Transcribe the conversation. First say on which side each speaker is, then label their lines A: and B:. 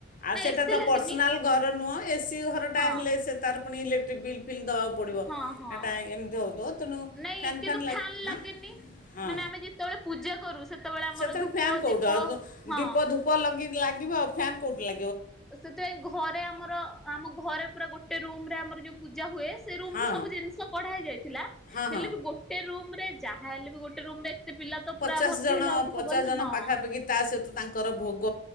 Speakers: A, on the left; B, in the centre.
A: ଆଉ
B: ନା
A: ସେଟା
B: ଏସି
A: ତ
B: ଲାଗିନି
A: ପର୍ସନାଲ୍ ଘର ନୁହଁ। ଏସିି ଘର ଟା
B: ହଁ
A: ହେଲେ ସେ ତାର ପୁଣି ଇଲେକ୍ଟ୍ରିକ୍ ବିଲ୍ ଫିଲ୍ ଦବାକୁ ପଡ଼ିବ
B: ହଁ ହଁ।
A: ହେଟା ଏମିତି ହଉଥିବ ତେଣୁ
B: ନାଇଁ
A: ଫ୍ୟାନ୍
B: କିନ୍ତୁ
A: ଫ୍ୟାନ୍ ଲାଗ
B: ଲାଗେନି।
A: ହାଁ ହଁ।
B: ମାନେ ଆମେ ଯେତେବେଳେ ପୂଜା କରୁ ସେତେବେଳେ ଆମର
A: ସେଥିରେ
B: ଧୂପ
A: ଫ୍ୟାନ୍ କେଉଁଠି
B: ଦୀପ
A: ଆଉ ଦୁ-
B: ହଁ
A: ଦୀପ ଧୂପ ଲଗି ଲାଗିବ ଆଉ ଫ୍ୟାନ୍ କୋଉଠୁ ଲା
B: ଅ, ସେଥିପାଇଁ ଘରେ ଆମର ଆମ ଘରେ ପୁରା ଗୋଟେ ରୁମ୍ ରେ ଆମର ଯୋଉ ପୂ ଜା ହୁଏ। ସେ ରୁମ୍
A: ହଁ
B: ରୁ ସବୁ ଜିନିଷ କଢା ହେଇ ଯାଇ ଥିଲା
A: ହଁ
B: ହେଲେ
A: ହଁ
B: ବି ଗୋଟେ ରୁମ୍ ରେ ଯାହା ହେଲେ ବି ଗୋଟେ ରୁମ୍ ରେ ଏତେ ପିଲା ତ
A: ପଚାଶ
B: ପୁରା ଭର୍ତ୍ତି
A: ଜଣ
B: ହେଲା ବେଳକୁ
A: ପଚାଶ
B: ହବନି
A: ଜଣ
B: ହଁ।
A: ପାଖାପାଖି ତା ସହିତ ତାଙ୍କର ଭୋଗ